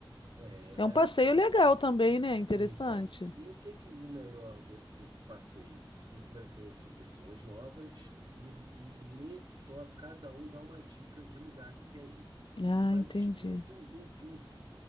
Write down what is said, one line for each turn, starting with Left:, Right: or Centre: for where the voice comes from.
Right: é
Left: É um passeio
Right: então
Left: legal também, né? Interessante.
Right: então e o que que o melhor de- desse passeio que você vai conhecer pessoas novas e, e nesse top cada um dá uma dica de lugar que quer ir
Left: Ah,
Right: e faz
Left: entendi.
Right: tipo um, tu, um tour